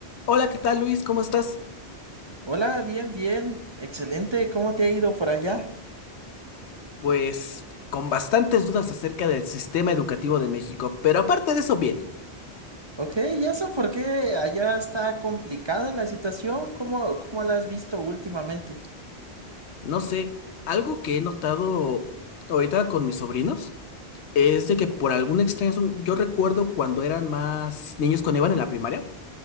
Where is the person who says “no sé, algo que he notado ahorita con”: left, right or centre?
Left